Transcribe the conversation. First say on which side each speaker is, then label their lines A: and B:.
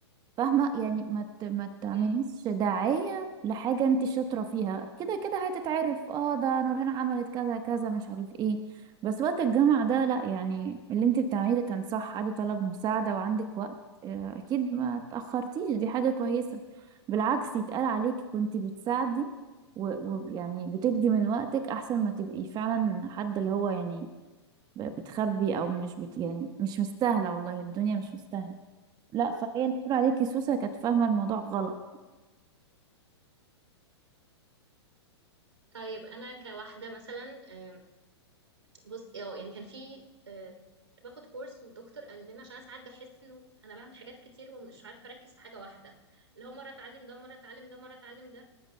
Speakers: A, on the right; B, on the right.
A: فاهمة يعني ما ت- ما تعمليش
B: اوكي،
A: داعية لحاجة انت شاطرة فيها كده كده هتتعرف اه ده نورهان عملت كذا كذا مش عارف ايه بس وقت الجامعة ده لا يعني اللي انت بتعمليه ده كان صح عادي طلب مساعدة وعندك وقت آه، اكيد ما اتأخرتيش دي حاجة كويسة بالعكس يتقال عليك كنت بتساعدي و- ويعني بتدي من وقتك احسن ما تبقي فعلا حد اللي هو يعني ب- بتخبي او مش بت يعني مش مستاهلة والله الدنيا مش مستاهلة لا
B: بالظبط
A: فهي اللي بتقول عليكي سوسة كانت فاهمة الموضوع غلط
B: طيب انا كواحدة مثلا آه، بص اه يعني كان في آه، كنت باخد كورس والدكتور قال لنا عشان انا ساعات بحس انه انا بعمل حاجات كتير ومش عارفه اركز في حاجه واحده اللي هو مره اتعلم ده مره اتعلم ده مره اتعلم ده